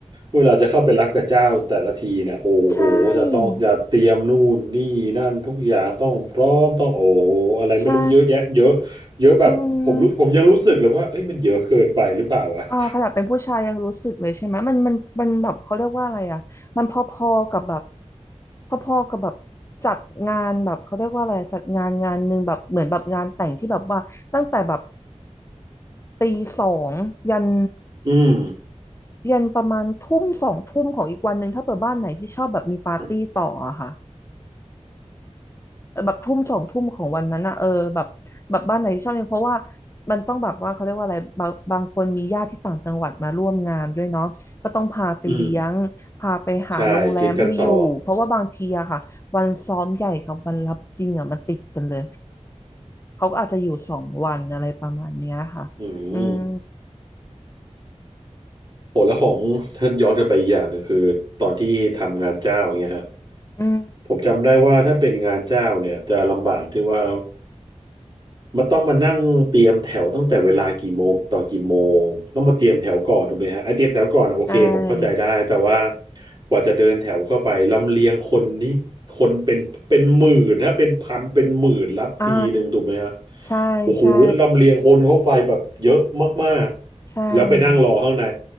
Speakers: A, on the right; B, on the left.
A: เวลาจะเข้าไปรับกับเจ้าแต่ละทีเนี่ยโอ้โหจะต้องจะเตรียมนู่นนี่นั่นทุกอย่างต้องพร้อมต้องโอ้โหอะไรไม่รู้เยอะแยะเยอะ
B: ใช่ใช่
A: เยอะแบบผมรู้ผมยังรู้สึกเลยว่าเอ้ยมันเยอะเกินไปหรือเปล่าอ่ะ
B: อืม
A: <laughs>
B: อ่าขนาดเป็นผู้ชายยังรู้สึกเลยใช่ไหมมันมันมันแบบเขาเรียกว่าอะไรอ่ะมันพอๆกับแบบพอๆกับแบบจัดงานแบบเขาเรียกว่าอะไรจัดงานงานหนึ่งแบบเหมือนแบบงานแต่งที่แบบว่าตั้งแต่แบบตีสองยัน
A: อืม
B: ยันประมาณทุ่มสองทุ่มของอีกวันหนึ่งถ้าเปิดบ้านไหนที่ชอบแบบมีปาร์ตี้ต่ออะค่ะ
A: อืม
B: แบบทุ่มสองทุ่มของวันนั้นอะเออแบบแบบบ้านไหนที่ชอบเนี่ยเพราะว่ามันต้องแบบว่าเขาเรียกว่าอะไรบางบางคนมีญาติที่ต่างจังหวัดมาร่วมงานด้วยเนาะก็ต้องพาไปเลี้ยงพาไปหาโรงแรมให้อยู่เพราะว่าบางทีอะค่ะวันซ้อมใหญ่กับวันรับจริงอะมันติดกันเลย
A: อืม ใช่กินกันต่อ
B: เขาก็อาจจะอยู่สองวันอะไรประมาณเนี้ยค่ะอืม
A: อืม โอ้แล้วของถ้าย้อนกลับไปอีกอย่างหนึ่งคือตอนที่ทำงานเจ้าอย่างเงี้ยฮะ
B: อืม
A: ผมจำได้ว่าถ้าเป็นงานเจ้าเนี่ยจะลำบากที่ว่ามันต้องมานั่งเตรียมแถวตั้งแต่เวลากี่โมงต่อกี่โมงต้องมาเตรียมแถวก่อนถูกไหมฮะไอเตรียมแถวก่อนอะโอเคผมเข้าใจได้แต่ว่า
B: ใช่
A: กว่าจะเดินแถวเข้าไปลำเลียงคนนี่คนเป็นเป็นหมื่นนะเป็นพันเป็นหมื่นรับทีหนึ่งถูกไหมฮะ
B: อ่าใช่ใช่
A: โอ้โหแล้วลำเลียงคนเข้าไปแบบเยอะมากๆแล้วไปนั่งรอข้างใน
B: ใช่